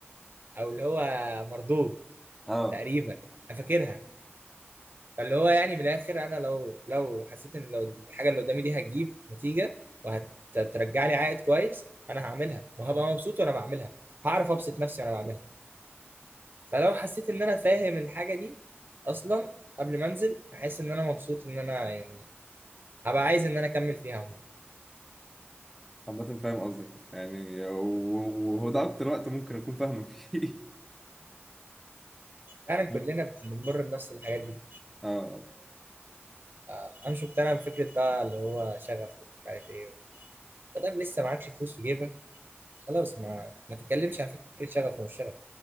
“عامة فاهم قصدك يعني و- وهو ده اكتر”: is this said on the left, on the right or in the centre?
Centre